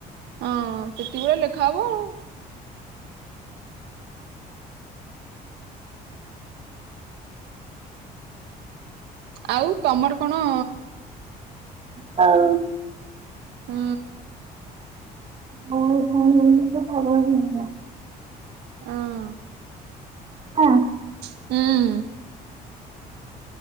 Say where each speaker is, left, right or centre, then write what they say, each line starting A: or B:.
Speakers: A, on the right; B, on the right.
A: ହଁ ସେତିକି ବଳେ ଲେଖା ହବ ଆଉ। ଆଉ ତମର କଣ?
B: ହଁ।
A: ହୁଁ।
B: ହଁ କଣ ବୋଲିତ ପାଗଳ ପିନ୍ଧିବ,
A: ହଁ।
B: ହଁ।
A: ହଁ।